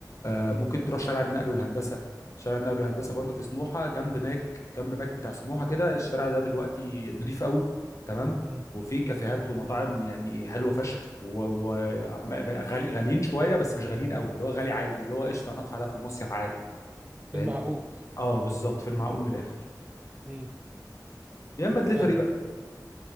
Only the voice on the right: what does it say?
مم.
مم.
المعقول
مم.
فاهمك